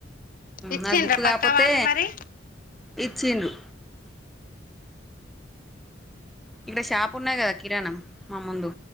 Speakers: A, on the left (about 45°); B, in the centre.
A: ఇచ్చిండ్రా
B: నాకు బుక్ లేపోతే
A: పక్క వాళ్ళు మరి
B: ఇచ్చిండు ఇక్కడ షాపు ఉన్నాది కదా కిరాణ మా ముందు